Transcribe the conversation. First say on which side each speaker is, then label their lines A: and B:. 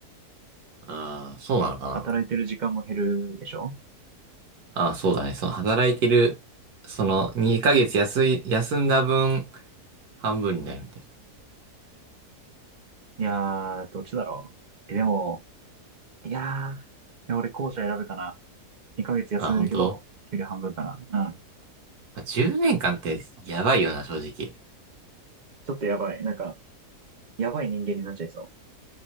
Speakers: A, on the right (about 70°); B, on the right (about 45°).
A: ああ、そうなのかな。
B: 働いてる時間も減るでしょ
A: ああ、そうだね。その働いてる、その2ヶ月休い、休んだ分、半分になるみたい
B: いやー、どっちだろう。え、でも、いやー、いや俺後者選ぶかな。2ヶ月休めるけど、
A: な。あ、本当
B: 給料半分かな。うん。
A: まあ、10年間ってやばいよな、正直。
B: ちょっとやばい。なんか、やばい人間になっちゃいそ